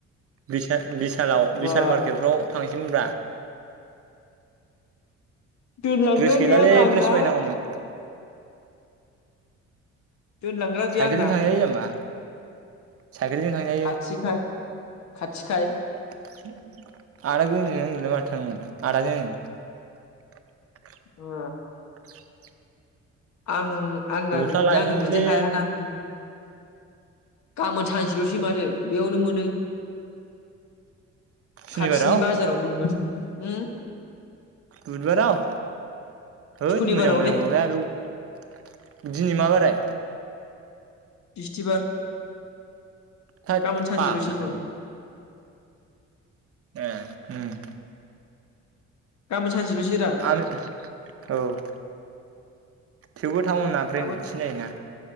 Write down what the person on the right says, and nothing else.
बिसा बिसालाव
बिसाल मार्केटफ्राव थांसैमोनब्रा
द्रेस गैलालै
द्रेस बायनांगौमोन
साइकेलजों
थांजायो नामा साइकेलजों थांजायो
<unintelligible> आदाजों आंजों
<inaudible>
गस्ला
लायनांगौमोनलै
सुनिबाराव
बुदबाराव होद
मोजां मोजां माबाया बेयाव दिनै मा बाराय?
थोद
पाग्ला
होन। ए उम।
आनो औ। थेवबो थाउनना ब्रेन्डेडसिन
जायोना।